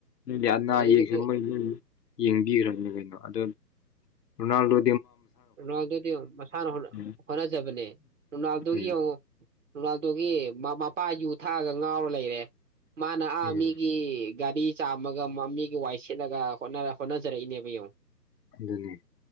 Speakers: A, on the left; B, on the right.
A: ꯃꯥꯗꯦ ꯑꯅꯥ
B: ꯑꯗꯨꯗꯒꯤ
A: ꯑꯌꯦꯛꯁ ꯃꯣꯏ ꯌꯦꯡꯕꯤꯈ꯭ꯔꯅꯦ ꯀꯩꯅꯣ ꯑꯗꯣ ꯔꯅꯥꯜ ꯔꯣ
B: ꯔꯣꯅꯥꯜꯗꯣꯗꯤ ꯃꯁꯥꯅ
A: ꯎꯝ
B: ꯍꯣꯠꯅꯖꯕꯅꯦ ꯔꯣꯅꯥꯜꯗꯣꯒꯤ
A: ꯎꯝ
B: ꯔꯣꯅꯥꯜꯗꯣꯒꯤ ꯄꯥ ꯌꯨ ꯊꯥꯛꯑꯒ ꯉꯥꯎꯔ ꯂꯩꯔꯦ ꯃꯥꯅ ꯑꯥ
A: ꯎꯝ
B: ꯃꯤꯒꯤ ꯒꯥꯔꯤ ꯆꯥꯝꯃꯒ ꯃꯃꯤꯒꯤ ꯋꯥꯏ ꯁꯦꯠꯂꯒ ꯍꯣꯠꯅꯖꯔꯛꯏꯅꯦꯕ ꯌꯦꯡꯉ
A: ꯑꯗꯨꯅꯤ